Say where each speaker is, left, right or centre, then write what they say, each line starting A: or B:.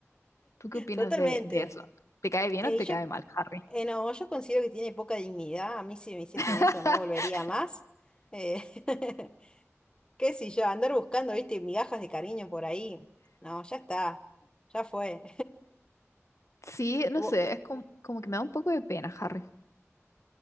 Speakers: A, on the left; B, on the left.
A: ¿Tú qué opinas
B: Totalmente.
A: de, de eso? ¿Te cae bien
B: Eh,
A: o te
B: y yo,
A: cae mal, Harry?
B: eh, no, yo considero que tiene poca dignidad. A mí si me hiciesen
A: <laughs>
B: eso no volvería más. Eh, <laughs> qué sé yo, andar buscando, viste, migajas de cariño por ahí. No, ya está. Ya fue.
A: Sí, no
B: <laughs>
A: sé, es como, como que me da un poco de pena, Harry,